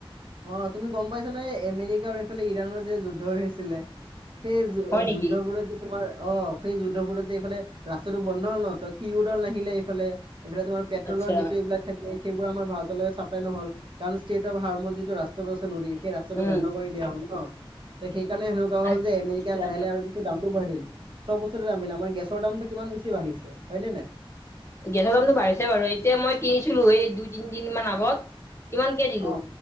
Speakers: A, on the right; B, on the left.
A: অ তুমি গম পাইছা নে এই আমেৰিকা আৰু এইফালে ইৰাণত যে যুদ্ধ হৈছিলে সেই
B: হয় নেকি?
A: যুদ্ধ বোৰত যে তোমাৰ অ সেই যুদ্ধবোৰত যে এইফালে ৰাস্তাটো বন্ধ হল ন ত কিউ দল নাহিলে এইফালে এইফালে তোমাৰ পেট্ৰ'লৰ
B: আচ্ছা
A: যিটো এইবিলাক থা কিলে সেইবোৰ আমাৰ ভাৰতলৈ চাপ্লাই নহল কাৰণ ষ্টেট অফ হাৰৰ যিটো ৰাস্তাটো আছে নদী ই ৰাস্তাটো
B: উম
A: বন্ধ কৰি দিয়া হ'ল ন ত সেই কাৰণে সেনেকোৱা হ'ল
B: আচ্ছা
A: যে এমেৰিকা লাহ লাহে আৰু বেছি দামটো বঢ়াই দিল চব বস্তুৰে দাম আহিলে আমাৰ গেছৰ দামটো কিমান বেছি বাঢ়িছে হয় নে নাই
B: গেছৰ দামটো বাঢ়িছে বাৰু এতিয়া মই কিনিছিলো এই দুই তিনিদিন মান আগত কিমানকে দিলো
A: অ